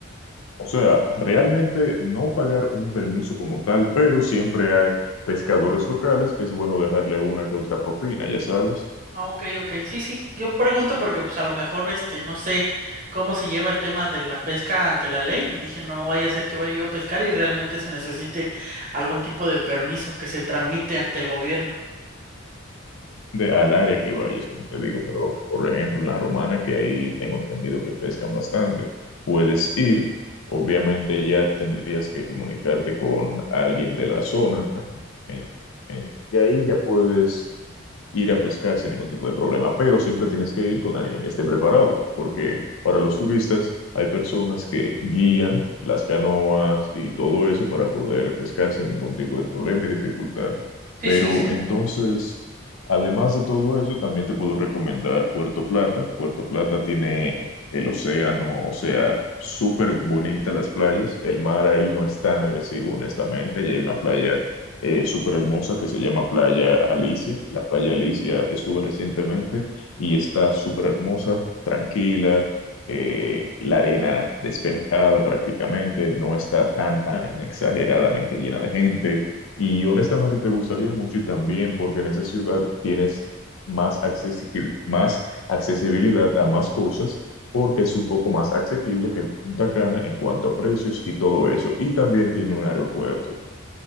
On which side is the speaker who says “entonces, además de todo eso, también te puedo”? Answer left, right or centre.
Left